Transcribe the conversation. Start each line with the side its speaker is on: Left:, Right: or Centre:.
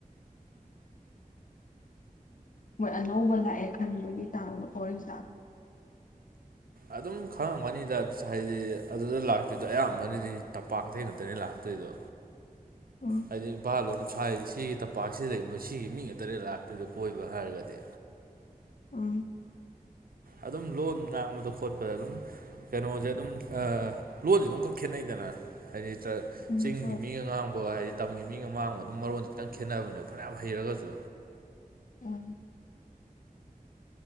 Left: ꯃꯣꯏ ꯑꯅꯧꯕ ꯂꯥꯛꯑꯦ ꯈꯟꯕꯒꯤ ꯇꯥꯡꯕ ꯑꯣꯏ ꯖꯥꯠꯂꯥ꯫
Right: ꯑꯗꯨꯝ ꯈꯪꯉꯝꯒꯅꯤꯗ ꯍꯥꯏꯗꯤ ꯑꯗꯨꯗ ꯂꯥꯛꯇꯣꯏꯗꯣ ꯑꯌꯥꯝꯕꯅꯗꯤ ꯇꯝꯄꯥꯛꯇ ꯉꯥꯛꯇꯅꯤ ꯂꯥꯛꯇꯣꯏꯗꯣ꯫
Left: ꯎꯝ
Right: ꯍꯥꯏꯗꯤ ꯏꯚꯥꯜꯂꯣꯝ ꯁꯥꯏꯗ ꯁꯤ ꯄꯥꯛꯁꯤꯗ ꯂꯩꯕ ꯁꯤꯒꯤ ꯃꯤ ꯉꯥꯛꯇꯥꯅꯦ ꯂꯥꯛꯇꯣꯏꯗ ꯀꯣꯏꯕ ꯍꯥꯏꯔꯒꯗꯤ꯫
Left: ꯎꯝ꯫
Right: ꯑꯗꯨꯝ ꯂꯣꯟ ꯉꯥꯡꯕꯗꯣ ꯈꯣꯠꯄꯗ ꯑꯗꯨꯝ ꯀꯩꯅꯣꯁꯦ ꯑꯗꯨꯝ ꯂꯣꯟꯁꯦ ꯑꯗꯨꯝ ꯈꯔꯥ ꯈꯦꯠꯅꯩꯗꯅ꯫ ꯍꯥꯏꯗꯤ
Left: ꯎꯝ
Right: ꯆꯤꯡꯒꯤ
Left: ꯍꯣꯏ
Right: ꯃꯤ ꯉꯥꯡꯕ ꯍꯥꯏꯗꯤ꯫ ꯇꯝꯒꯤ ꯃꯤꯒ ꯃꯥꯡꯕ ꯑꯗꯨꯝ ꯃꯔꯣꯟ ꯈꯤꯇꯪ ꯈꯦꯠꯅꯕꯅꯦꯕ ꯐꯅꯌꯥꯝ ꯍꯩꯔꯒꯁꯨ꯫
Left: <unintelligible>